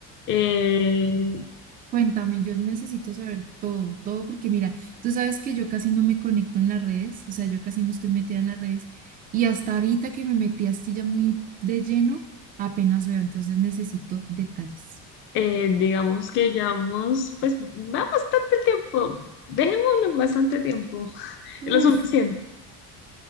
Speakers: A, on the left; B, on the right.
A: eh,
B: cuéntame, yo necesito saber todo, todo, porque mira, tú sabes que yo casi no me conecto en las redes, o sea, yo casi no estoy metida en las redes. Y hasta ahorita que me metí así ya muy de lleno, apenas veo, entonces necesito detalles.
A: eh, digamos que llevamos, pues va bastante tiempo, dejémoslo en bastante tiempo,
B: Uf,
A: lo suficiente.